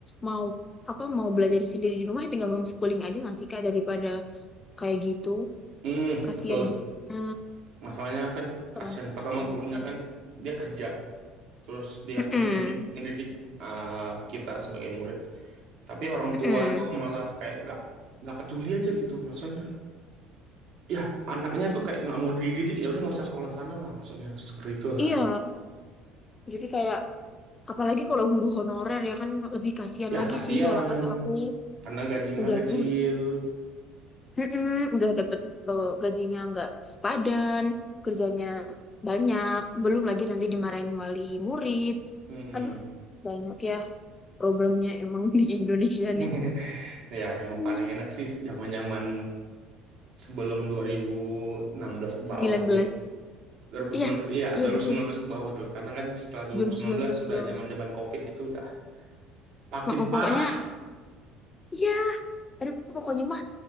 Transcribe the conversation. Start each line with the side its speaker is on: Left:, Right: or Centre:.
Left: mau apa mau belajar sendiri di rumah ya tinggal homeschooling aja nggak sih Kak daripada kayak gitu.
Right: Hmm,
Left: kasihan
Right: betul.
Left: gurunya
Right: masalahnya kan kasihan
Left: orang tua
Right: pertama
Left: zaman
Right: gurunya
Left: sekarang
Right: kan dia kerja terus dia
Left: Mm-mm.
Right: ngedidik ngedidik eh, kita sebagai murid tapi orang
Left: Mm-mm.
Right: tua itu malah kayak nggak nggak peduli aja gitu maksudnya ya anaknya tuh kayak nggak mau dididik ya udah nggak usah sekolah sana lah maksudnya seperti itulah
Left: iya jadi kayak apalagi kalau guru honorer ya kan lebih kasihan
Right: ya
Left: lagi
Right: kasihan
Left: sih kalau kata aku
Right: karena gaji mereka
Left: udah
Right: kecil
Left: guru Mm-mm. udah dapet eh, gajinya nggak sepadan kerjanya banyak belum lagi nanti dimarahin wali murid
Right: mm
Left: aduh banyak ya problemnya emang di Indonesia
Right: <laughs>
Left: nih
Right: ya emang
Left: Hmm,
Right: paling enak sih zaman-zaman sebelum dua ribu enam belas ke
Left: sembilan
Right: bawah sih
Left: belas
Right: 2019
Left: iya
Right: iya
Left: iya
Right: 2019
Left: betul
Right: ke bawah tuh karena kan setelah 2019
Left: 2019
Right: sudah
Left: ke bawah.
Right: zamannya ban COVID itu udah makin
Left: Oh,
Right: parah
Left: pokoknya Iya, aduh pokoknya mah